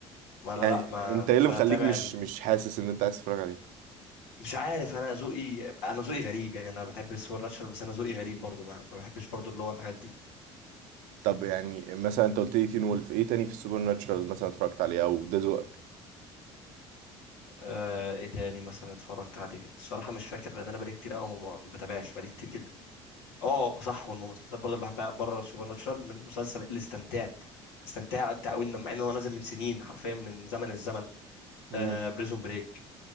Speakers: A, on the left; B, on the right.
A: ما انا
B: يعني
A: لا ما
B: انت
A: مش
B: ايه اللي مخليك
A: هتابع
B: مش مش حاسس ان انت عايز تتفرج عليه
A: مش عارف انا ذوقي انا ذوقي غريب يعني انا بحب السوبر ناتشرال بس انا ذوقي غريب برضو ما, ما بحبش برضو اللي هو الحاجات دي
B: طب يعني مثلا انت قلت لي تين وولف ايه تاني في السوبر ناتشرال مثلا اتفرجت عليه او ده ذوقك
A: آه ايه تاني مثلا اتفرجت عليه الصراحه مش فاكر لان انا بقالي كتير قوي ما ما بتابعش بقالي كتير جدا اه صح والمسلسلات برضو اللي بحبها بره السوبر ناتشرال من مسلسل اللي استمتعت استمتعت قوي مع ان هو نازل من سنين حرفيا من زمن الزمن
B: امم
A: آه بريزون بريك